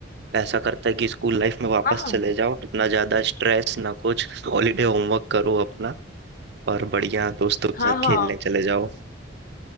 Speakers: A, on the right (about 60°); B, on the left (about 50°).
A: ऐसा करता है कि स्कूल लाइफ में वापस
B: हाँ
A: चले जाओ इतना ज्यादा स्ट्रेस ना कुछ हॉलीडे होमवर्क करो अपना और बढ़िया दोस्तों के
B: हाँ
A: साथ खेलने
B: हाँ
A: चले जाओ